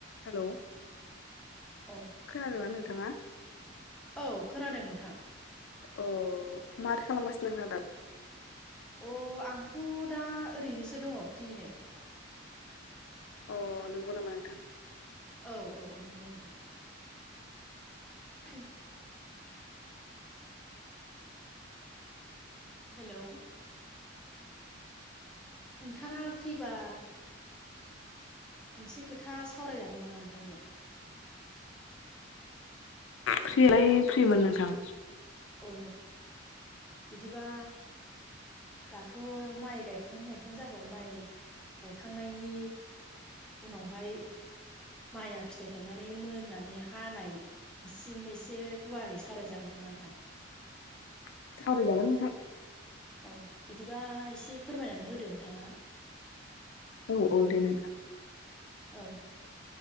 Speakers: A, on the left; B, in the centre.
A: Hello
B: अ
A: खोनादोंना नोंथाङा?
B: औ खोनादों नोंथां
A: अ माथो खालामगाासनो नोंथांआ दा?
B: अ आंथ' दा ओरैनोसो दङ फ्रिनो
A: अ नंगौ नामा नोंथां
B: औ औ नंगौ नोंथां ह <inaudible> हेलौ नोंथाङा फ्रिबा मोनसे खोथा सावरायजागोन नामा नोंथांजों
A: फ्रियालाय फ्रिमोन नोंथां
B: औ बिदिबा दाथ' माइ गायखां गायखां जाबाय माइ गायखांनायनि उनावहाय माइया फिथाइ थायनानै मोननानै हानायसिम एसे गुवारै सावरायजागोन ना मा नोंथां?
A: <inaudible> सावरायजागोन नोंथां
B: औ बिदिबा एसे फोरमायनानै होदो नोंथाङा
A: औ औ दे नोंथां
B: औ